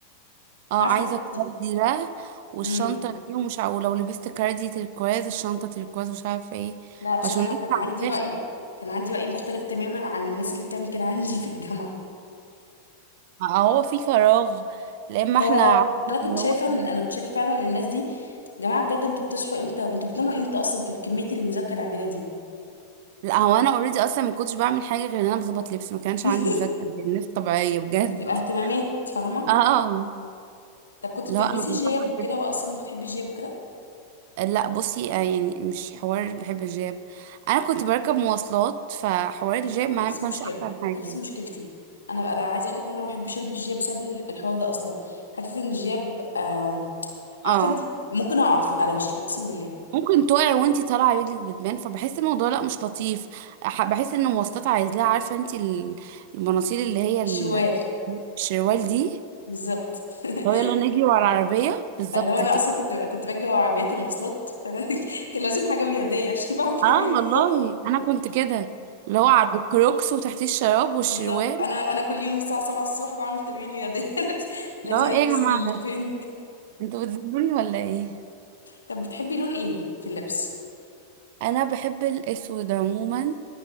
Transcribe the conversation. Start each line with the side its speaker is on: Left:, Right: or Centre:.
Right: اه
Left: عارفه
Right: عايزه
Left: الناس دي
Right: كاردي ده والشنطه
Left: امم
Right: دي ومش عارفه ولو لبست كاردي تركواز الشنطه تركواز مش عارفه ايه
Left: لا بصراحه
Right: فاشونيستا
Left: انا كان عندي
Right: على الاخر
Left: راي كان عندي راي مختلف تماما عن الناس اللي بتعمل كده عندي في الجامعه
Right: هو في فراغ لا اما
Left: فهو
Right: احنا عارفه
Left: انا كنت
Right: اللي
Left: شايفه
Right: هو
Left: ان-
Right: ايه
Left: انا كنت شايفه فعلا ان الناس دي جماعه بجد انتوا بتصحوا امتى وانتوا بتناموا امتى اصلا في كميه المذاكره اللي عندنا دي
Right: لا هو انا اوريدي اصلا ما كنتش بعمل حاجه غير ان انا بظبط لبس ما كانش
Left: <laughs>
Right: عندي مذاكره الناس طبيعيه بجد
Left: بتبقى اهتمامات فاهمه
Right: اه
Left: طب كنت
Right: لا
Left: بتلبسي
Right: انا بظبط
Left: جياب وكده واصلا بتحبي الجياب وكده
Right: لا بصي آه، يعني مش حوار بحب الجاب انا كنت بركب مواصلات فحوار الجاب معايا
Left: نفس
Right: ما
Left: المشكله
Right: كانش احسن حاجه
Left: نفس مشكلتي انا انا عايزه اقول لك ان انا ما بحبش البس جياب بسبب الحوار ده اصلا حته ان الجياب آم، عارفه
Right: اه
Left: انت ممكن اقع فوق- على وشي اقسم بالله
Right: ممكن تقعي وانتي طالعه رجلك بتبان فبحس الموضوع لا مش لطيف أح- بحس ان المواصلات عايز لها عارفه انتي ال- المناصيل اللي هي ال-
Left: شوال
Right: الشروال دي
Left: بالظبط <laughs>
Right: لو يلا نجري ورا العربيه بالظبط
Left: اللي هو انا
Right: كده
Left: اصلا كنت كنت باجي ورا عربيات المواصلات فانا <laughs> كان لازم حاجه رياضيه عشان بعمل تمارين
Right: اه
Left: الصبح
Right: والله انا كنت كده اللي هو على الكروكس وتحتيه الشراب والشروال
Left: بالظبط انا انا كل يوم الساعه 7 الصبح بعمل تمارين رياضيه <laughs> لازم
Right: اللي هو
Left: البس
Right: ايه يا جماعه
Left: الترنج
Right: ده انتوا بتذلوني ولا ايه
Left: طب بتحبي لون ايه في اللبس
Right: انا بحب الاسود عموما